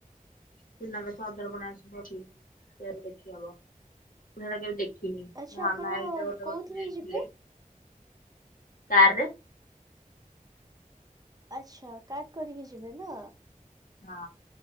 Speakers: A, on the left; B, on the right.
A: ସୁନାବେେଶ ଅଧରପଣା ଆସିବ ସେ ଦେଖି ହବ ସେଟା କେବେ ଦେଖ ମୁଁ
B: ଆଚ୍ଛା ଆପଣ
A: ଆମ ଆଳି ଗୋଟେ
B: କୋଉଥିରେ
A: ବଖ ଯାଇଥିଲେ
B: ଯିବେ?
A: କାରର
B: ଆଚ୍ଛା କାଟ କରିକି ଯିବେ ନା।
A: ହଁ